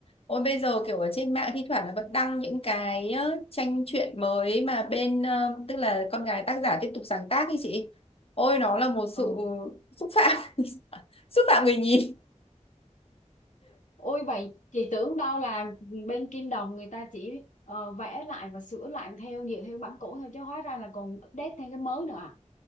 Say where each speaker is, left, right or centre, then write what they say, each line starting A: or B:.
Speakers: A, on the left; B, on the left.
A: Ôi bây giờ kiểu ở trên mạng thi thoảng là vẫn đăng những cái ờ, tranh truyện mới mà bên ờ, tức là con gái tác giả tiếp tục sáng tác ấy chị. Ôi nó là một sự
B: ừ
A: xúc phạm. <laughs> Xúc phạm người nhìn.
B: Ôi vậy chị tưởng đâu là bên Kim Đồng người ta chỉ ờ, vẽ lại và sửa lại theo dựa theo bản cũ thôi chứ hóa ra là còn update thêm cái mới nữa à?